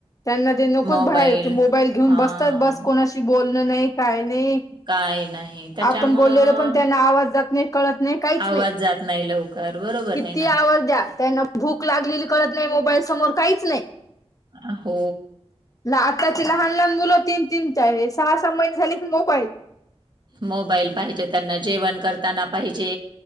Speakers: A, on the left (about 30°); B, on the right (about 40°).
A: त्यांना. ते नकोच
B: मोबाईल
A: बाहेर ते मोबाईल घेऊन
B: हां,
A: बसतात बस कोणाशी बोलणं नाही काय नाही.
B: काही नाही. त्याच्यामुळं
A: आपण बोलेल पण त्यांना, आवाज जात नाही कळत. नाही काहीच
B: आवाज
A: नाही,
B: जात नाही लवकर. बरोबर
A: किती
B: आहे ना.
A: आवाज द्या त्यांना. भूक लागलेली कळत नाही, मोबाईल समोर काहीच नाही.
B: अ हो.
A: ना आत्ताची लहान लहान मुलं तीन तीन चार सहा सहा महिने झाली प मोबाईल
B: मोबाईल पाहिजे त्यांना. जेवण करताना पाहिजे,